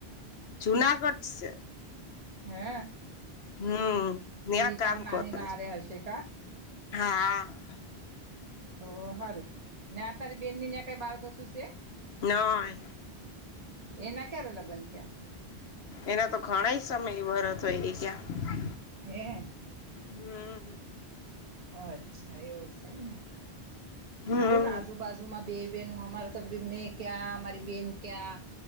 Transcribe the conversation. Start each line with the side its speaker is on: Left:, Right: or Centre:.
Left: જુનાગઢ સે.
Right: હે
Left: હમ ન્યા
Right: એ
Left: કામ
Right: તારી નાની
Left: કરે.
Right: મારે હશે કા
Left: હા હા
Right: તો હારું ને આ તારી બેનની ને કઈ બાળ કસું છે?
Left: નઈ.
Right: એના ક્યારે લગ્ન થયા.
Left: એના તો ઘણા સમય વરહ હોય એ ગયા
Right: હે
Left: હમ્મ
Right: અચ્છા એવું છેને,
Left: હમ
Right: સારું ને આજુબાજુમાં બે બે નું અમાર તી મેં ક્યા અરી બેન ક્યા